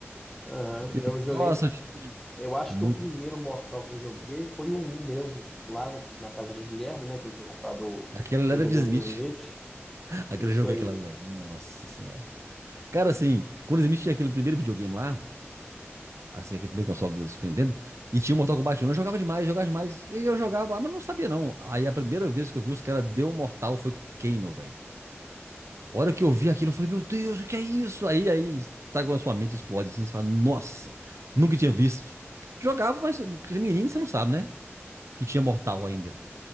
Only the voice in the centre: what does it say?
Aham.
Eu joguei,
eu acho
que o primeiro Mortal que eu joguei foi o um mesmo, lá na casa de Guilherme, né? Que ele tinha comprado o
videogame
de Smith.
Isso
aí.